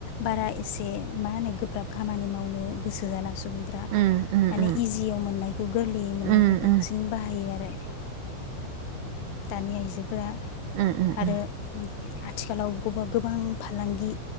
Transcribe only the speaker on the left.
बारा एसे मा होनो गोब्राब खामानि मावनो गोसो जाला सुबुंफ्रा
माने
इजियाव मोननायखौ गोरलैयै मोननायखौ
बांसिन
बाहायो आरो। दानि आइजोफोरा
आरो
आथिखालाव गबा गोबां फालांगि